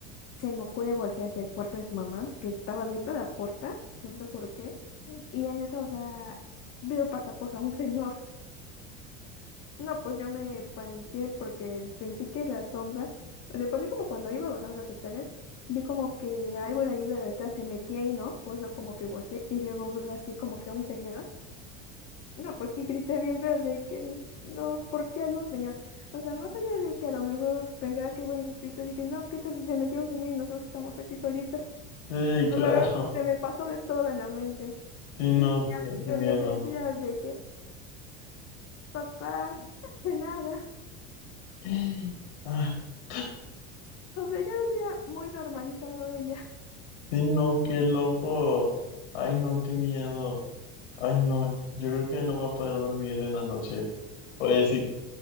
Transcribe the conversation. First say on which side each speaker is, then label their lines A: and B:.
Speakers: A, on the left; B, on the left.
A: se me ocurre voltear hacia el cuarto de su mamá, que estaba abierta la puerta, no sé por qué. Y en eso, o sea, veo pasar pues a un señor. No, pues yo me paniqué porque sentí que la sombra, después de como cuando iba bajando las escaleras, vi como que algo de ahí de la alta se metía ahí, ¿no? Pues yo como que volteé y luego veo así como que a un señor. No, pues sí, grité bien feo de que no, ¿por qué hay un señor? O sea, más allá de que a lo mejor pensaba que fueron mis gritos, dije, no, ¿qué tal si se metió un señor y nosotros estamos aquí solitas?
B: Sí,
A: O
B: claro.
A: sea, pues, se me pasó de todo en la mente.
B: Sí, no,
A: Y
B: qué,
A: yo
B: qué miedo.
A: bien tranquila de que, papá, de nada.
B: <gasps> Ah.
A: O sea, ya lo tenía muy normalizado ella. <laughs>
B: Sí, no, qué loco. Ay, no, qué miedo. Ay, no, yo creo que no voy a poder dormir en la noche. Oye, sí,